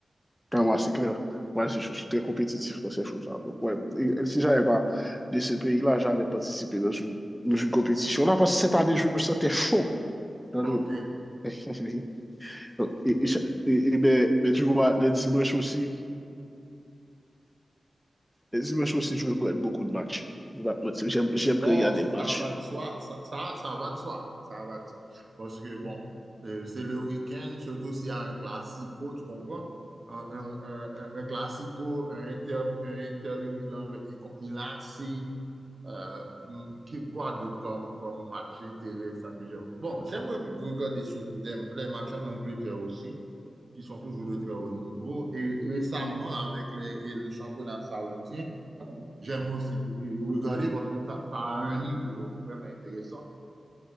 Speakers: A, in the centre; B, on the right (about 45°).
A: Pour moi c'est clair. Ouais, je, je suis très compétitif dans ces choses-là. Donc, ouais, et- et si j'avais pas de ce pays-là, j'allais participer dans une, dans une compétition-là parce que cette année, je me sentais chaud dans
B: OK.
A: le. <laughs> Et, et, et- et ben, ben, tu vois, les dimanches aussi, les dimanches aussi, je regarde beaucoup de matchs. Je vais pas te mentir, J'aime, j'aime
B: Bon,
A: quand il y a des matchs.
B: ça va de soi, ça, ça, ça va de soi, ça va de soi. Parce que, bon, euh, c'est le week-end, surtout s'il y a un classico, tu comprends? Un, un, un, un- un classico, un Inter, un Inter de Milan et contre Milan, c'est euh, qui- quoi d'autre comme, comme match intéressant que j'aime? Bon, j'aime regarder surtout des, les matchs en Angleterre aussi, qui sont toujours de très haut niveau. Et récemment, avec les, et le championnat saoudien, J'aime aussi beaucoup regarder parce que ça, ça a un niveau vraiment intéressant.